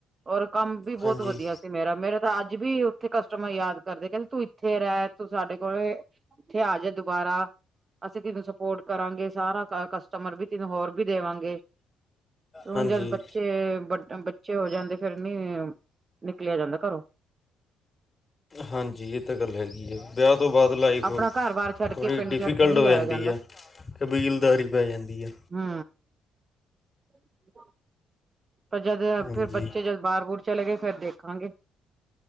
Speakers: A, on the right; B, on the left.
A: ਔਰ ਕੰਮ ਵੀ ਬੋਤ
B: ਹਾਂਜੀ
A: ਵਧੀਆ ਸੀ ਮੇਰਾ, ਮੇਰਾ ਤਾਂ ਅੱਜ ਵੀ ਓਥੇ ਕਸਟਮਰ ਯਾਦ ਕਰਦੇ ਕਹਿੰਦੇ ਤੂੰ ਇ ਇਥੇ ਰਹਿ ਤੂੰ ਸਾਡੇ ਕੋਲ ਏਥੇ ਆਜਾ ਦੁਬਾਰਾ ਅਸੀ ਤੈਨੂੰ ਸਪੋਰਟ ਕਰਾਗੇ ਸਾਰਾ। ਕਸਟਮਰ ਵੀ ਤਿੰਨੂ ਹੋਰ ਵੀ ਦੇਵਾਂਗੇ। ਹੁਣ
B: ਹਾਂਜੀ
A: ਜਦ ਬੱਚੇ ਵੱਡ ਪੀਛੇ ਹੋ ਜਾਂਦੇ। ਫੇਰ ਨੀ ਨਿਕਲਿਆ ਜਾਂਦਾ ਘਰੋਂ।
B: ਹਾਂਜੀ ਇਹ ਤਾਂ ਗੱਲ ਹੈਗੀ ਆ। ਵਿਆਹ ਤੋਂ ਬਾਅਦ ਲਾਈਫ
A: ਆਪਣਾ ਘਰ ਬਾਰ ਛੱਡ
B: ਥੋੜ੍ਹੀ
A: ਕੇ ਪਿੰਡ
B: ਡਿਫੀਕਲਟ
A: ਛੱਡ ਕੇ ਨਹੀਂ
B: ਹੋ
A: ਜਾਇਆ
B: ਜਾਂਦੀ
A: ਜਾਂਦਾ
B: ਐ। ਕਬੀਲਦਾਰੀ ਪੈ ਜਾਂਦੀ ਆ।
A: ਹੂੰ। <inaudible> ਪਰ ਜੱਦ ਆਪੇ
B: ਹਾਂਜੀ
A: ਬੱਚੇ ਜੱਦ ਬਾਹਰ- ਬੂਹਰ ਚਲੇ ਗਏ ਫੇਰ ਦੇਖਾਂਗੇ।